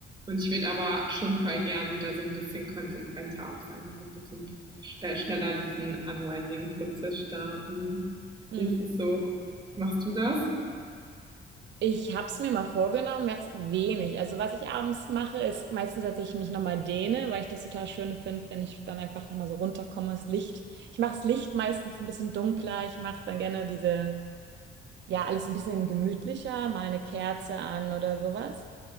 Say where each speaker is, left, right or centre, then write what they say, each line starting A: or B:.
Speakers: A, on the right; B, on the right.
A: Und ich würde aber schon voll gern wieder so ein bisschen konsequenter auch sein, also ein bisschen sch- äh, schneller diesen Unwinding-Prozess starten.
B: Mhm.
A: Wie ist es so? Machst du das?
B: Ich habe es mir mal vorgenommen, mach's wenig. Also was ich abends mache, ist meistens, dass ich mich nochmal dehne, weil ich das total schön finde, wenn ich dann einfach nochmal so runterkomme, das Licht. Ich mache das Licht meistens ein bisschen dunkler. Ich mache dann gerne diese, ja, alles ein bisschen gemütlicher, mal eine Kerze an oder sowas.